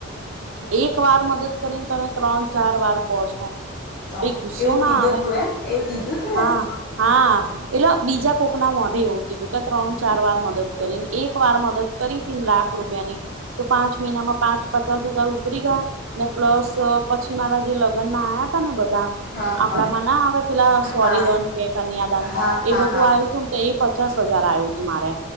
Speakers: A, on the right (about 75°); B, on the left (about 50°).
A: એક વાર મદદ કરીને તમે ત્રણ ચાર વાર પહોચો
B: તો
A: ગુસ્સો
B: એવું
A: ના
B: કીધું
A: આવે
B: તું એમ એવું કીધું તું
A: હા
B: એને
A: હા એલા બીજા કોક ના મોઢે એવું કીધું ત્રણ ચાર
B: હા હા
A: વાર મદદ કરીને એક વાર મદદ કરી તીને લાખ રૂપિયાની તો પાંચ મહિનામાં પાંચ પાંચ- ઉતરી ગયા ને પ્લસ પછી મારા જે લગ્ન માં બધા
B: હા
A: આપડામાં
B: હા હા
A: ના આવે પેલા સોરી
B: હા
A: દન કે કન્યાદાન
B: હા
A: એ બધું
B: હા
A: આવ્યું હતું ને તો એ પચાસ હજાર આવ્યું તું મારે